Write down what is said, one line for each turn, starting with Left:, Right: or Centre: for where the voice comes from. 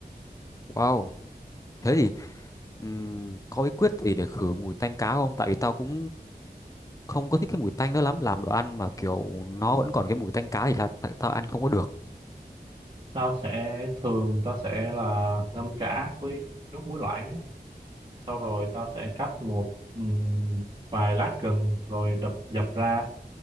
Left: Wow. Thế thì ừm, có bí quyết gì để khử mùi tanh cá không? Tại vì tao cũng không có thích cái mùi tanh đó lắm, làm đồ ăn mà kiểu nó vẫn còn cái mùi tanh cá thì là tại tao ăn không có được.
Right: tao sẽ thường tao sẽ là ngâm chả với nước muối loãng á sau rồi tao sẽ cắt một ừm, vài lát gừng rồi đập dập ra